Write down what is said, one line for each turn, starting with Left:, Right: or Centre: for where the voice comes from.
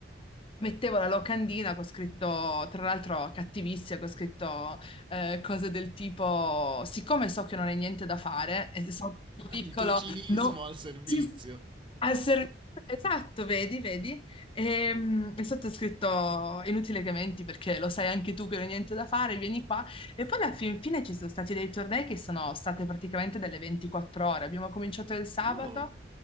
Left: mettevo la locandina con scritto, tra l'altro cattivissima, con scritto eh, cose del tipo, siccome so che non hai niente da fare, e sono più piccolo,
Right: il tuo cinismo
Left: no,
Right: al servizio.
Left: sì, sì, al servizio, esatto, vedi, vedi, e, mm, e sotto è scritto, inutile che menti perché lo sai anche tu che non hai niente da fare, vieni qua e poi alla fin fine ci sono stati dei tornei che sono state praticamente delle 24 ore. Abbiamo cominciato il sabato
Right: Wow.